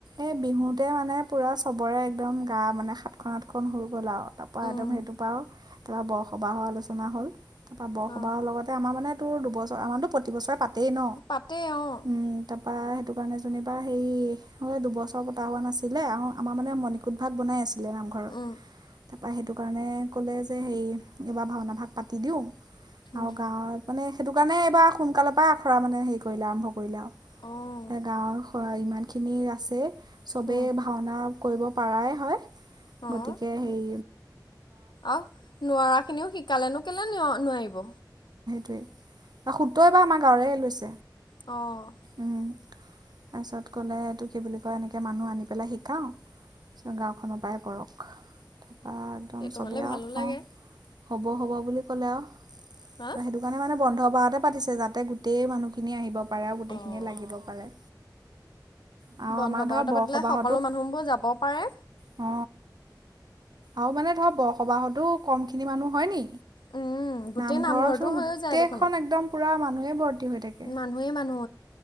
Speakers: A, on the right; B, on the left.
A: এই বিহুতে মানে পুৰা চবৰে একদম গা মানে সাতখন আঠখন হৈ গ'ল আৰু তাৰ পৰা
B: উম,
A: একদম সেইটোৰ পৰা আৰু তাৰপৰা বৰসবাহৰ আলোচনা হ'ল তাৰ পৰা বৰসবাহৰ
B: অ',
A: লগতে আমাৰ মানে এইটো দুবছৰ, আমাৰতো প্ৰতিবছৰে পা পাতে ন,
B: পাতে অ',
A: উম' তা বা' সেইটো কাৰণে যেনিবা সেই হ'লে দুবছৰ পতা হোৱা নাছিলে। আৰু আমাৰ মানে মণিকুট ভাগ বনাই আছিলে নামঘৰৰ,
B: উম,
A: তাৰপৰা সেইটো কাৰণে ক'লে যে হেৰি এইবাৰ ভাওনা ভাগ পাতি দিওঁ।
B: উম,
A: আৰু গাঁৱৰ মানে সেইটো কাৰণে এইবাৰ সোনকালৰ পৰাই সেইটো কাৰণে এইবাৰ সোনকালে পা আখৰা মানে হেৰি কৰিলে, আৰম্ভ কৰিলে আৰু,
B: অ',
A: এই গাঁৱৰ সৰহ ইমানখিনি <unintelligible> খিনি আছে। চবে
B: উম,
A: ভাওনা কৰিব পাৰাই হয়।
B: অ'।
A: গতিকে সেই
B: আৰু নোৱাৰাখিনিও শিকালেনো কেলে নোৱাৰিব।
A: <unintelligible> সুত বা আমাৰ গাঁৱৰে লৈছে।
B: অঁ
A: উম। পাছত। ক'লে এইটো কি বুলি কয় এনেকে মানুহ আনি পেলাই শিকাওঁ। গাওঁখনৰ পাই কৰক <unintelligible> একদম
B: সেইটো
A: চবেই
B: হ'লে
A: আও
B: ভালো লাগে
A: অ' হ'ব, হ'ব বুলি ক'লে আৰু
B: হা
A: ত' সেইটো কাৰণে মানে বন্ধ বাৰতে পাতিছে যাতে গোটেই মানুহখিনিয়ে আহিব পাৰে আৰু গোটেইখিনিয়ে
B: অ'।
A: লাগিব পাৰে। আৰু
B: বন্ধ
A: আমাৰ
B: বাৰতে
A: ধৰ বৰসবাহতো
B: পাতিলে সকলো মানুহবোৰ যাব পাৰে।
A: অ আৰু মানে ধৰক বৰসবাহতো কম খিনি মানুহ হয় নি।
B: উম গোটেই
A: নামঘৰ
B: নামঘৰটো
A: চোন
B: হৈয়ে
A: গোটেইখন
B: যায় দেখোন
A: একদম পুৰা মানুহে ভৰ্তি টি হৈ থাকে
B: মানুহেই মানুহ